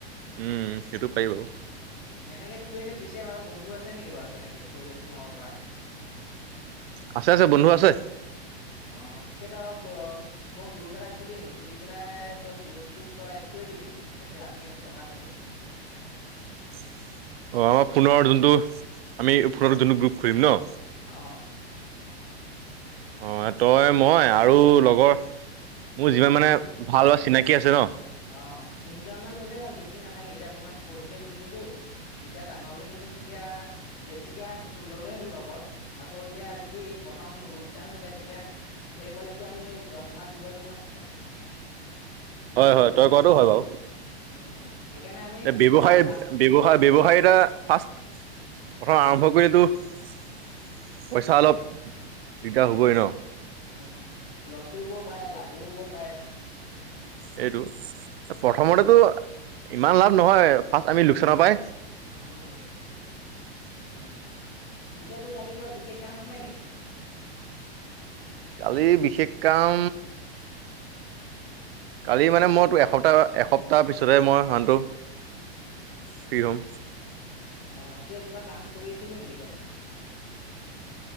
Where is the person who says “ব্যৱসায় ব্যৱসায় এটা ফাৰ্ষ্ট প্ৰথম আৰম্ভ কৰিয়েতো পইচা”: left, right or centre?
Right